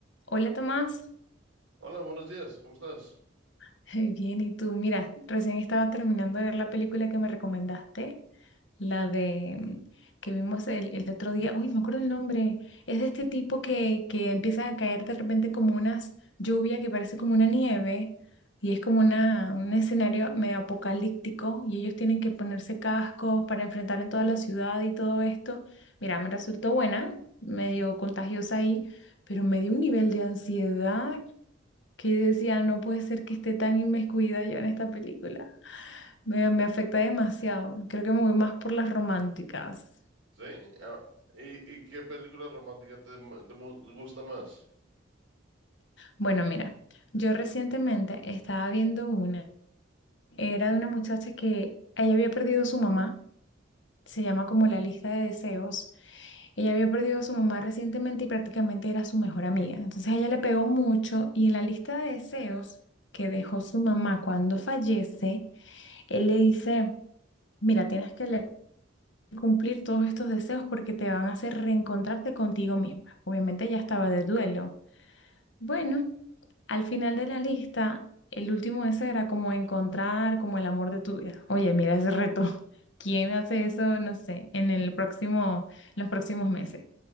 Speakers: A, on the left; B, on the right.
A: Hola Tomás,
B: Hola, buenos días, ¿cómo estás?
A: <laughs> bien, ¿y tú? Mira, recién estaba terminando de ver la película que me recomendaste, la de mm, que vimos el, el otro día, uy, no me acuerdo el nombre, es de este tipo que, que empiezan a caer de repente como unas lluvia que parece como una nieve y es como una, un escenario medio apocalíptico y ellos tienen que ponerse cascos para enfrentar en toda la ciudad y todo esto. Mira, me resultó buena, medio contagiosa ahí, pero me dio un nivel de ansiedad que decía, no puede ser que esté tan inmiscuida yo en esta película. Me, me afecta demasiado. Creo que me voy más por las románticas.
B: ¿Sí? ah, ¿y, y qué película romántica te, m- te mu- gusta más?
A: Bueno, mira, yo recientemente estaba viendo una. Era de una muchacha que ella había perdido a su mamá. Se llama como La lista de deseos. Ella había perdido a su mamá recientemente y prácticamente era su mejor amiga. Entonces a ella le pegó mucho y en la lista de deseos que dejó su mamá cuando fallece, él le dice, mira, tienes que leer. cumplir todos estos deseos porque te van a hacer reencontrarte contigo misma. Obviamente ya estaba de duelo. Bueno, al final de la lista, el último deseo era como encontrar como el amor de tu vida. Oye, mira ese reto. <laughs> ¿Quién hace eso? No sé, en el próximo, en los próximos meses.